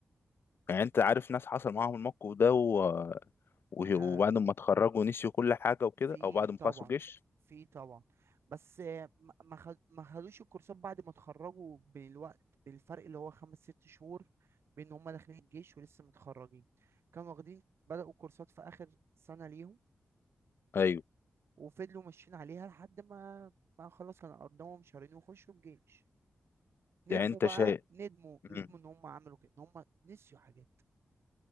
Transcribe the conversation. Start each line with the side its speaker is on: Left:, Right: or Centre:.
Left: يعني انت عارف ناس حصل معاهم الموقف ده و... و...
Right: أنا
Left: وبعد ما اتخرجوا نسيوا كل حاجة وكده
Right: في
Left: او بعد
Right: طبعا
Left: ما خلصوا جيش
Right: في طبعا بس آه، ما ما خد- ما خدوش الكورسات بعد ما اتخرجوا بالوقت بالفرق اللي هو خمس ست شهور بين هما داخلين الجيش ولسه متخرجين كانوا واخدين بدأوا كورسات في آخر سنة ليهم
Left: ايوه
Right: وفضلوا ماشيين عليها لحد ما ما خلاص كانوا أرضهم شهرين وخشوا الجيش ندموا
Left: يعني انت
Right: بقى
Left: شايف
Right: ندموا
Left: مم.
Right: ندموا ان هم عملوا كده ان هم نسيوا حاجات